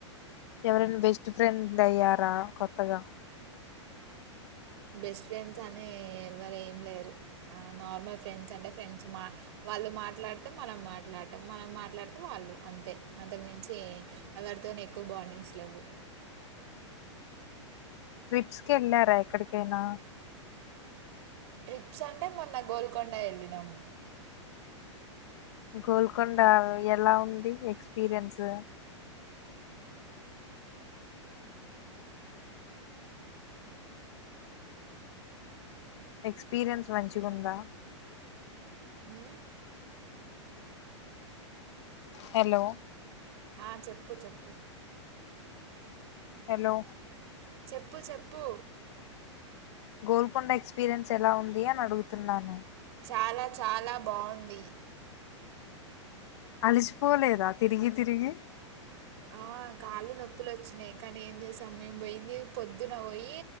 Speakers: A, on the left; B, on the right.
A: ఎవరైనా బెస్ట్ ఫ్రెండ్ అయ్యారా కొత్తగా
B: బెస్ట్ ఫ్రెండ్స్ అని ఎవరు ఏం లేరు నార్మల్ ఫ్రెండ్స్ అంటే ఫ్రెండ్స్ మా వాళ్ళు మాట్లాడితే మనం మాట్లాడటం మనం మాట్లాడితే వాళ్ళు అంతే అంతకు మించి తే ఎవరితోనూ ఎక్కువ బార్డింగ్స్ లేవు
A: ట్రిప్స్కి వెళ్ళారా ఎక్కడికైనా
B: ట్రిప్స్ అంటే మొన్న గోల్కొండ వెళ్ళినాము
A: గోల్కొండ ఎలా ఉంది ఎక్స్పీరియన్స్ ఎక్స్పీరియన్స్ మంచిగుందా
B: మ్
A: హలో
B: ఆ చెప్పు చెప్పు
A: హలో
B: చెప్పు చెప్పు
A: గోల్కొండ ఎక్స్పీరియన్స్ ఎలా ఉంది అని అడుగుతున్నాను
B: చాలా చాలా బాగుంది
A: అలిసిపోలేదా తిరిగి తిరిగి
B: ఆ కాళ్ళు నొప్పులు వచ్చినాయి కానీ ఏం చేసంమేం పోయింది పొద్దు పొద్దున పోయి